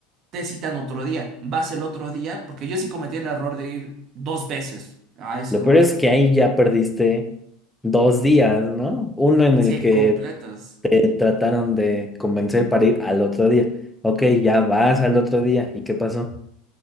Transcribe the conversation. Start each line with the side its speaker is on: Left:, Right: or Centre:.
Right: te citan otro día, vas el otro día, porque yo sí cometí el error de ir dos veces a ese
Centre: Lo
Right: lugar.
Centre: peor es que ahí ya perdiste dos días, ¿no? Uno en
Right: Sí,
Centre: el que
Right: completas.
Centre: te trataron de convencer para ir al otro día. Ok, ya vas al otro día. ¿Y qué pasó?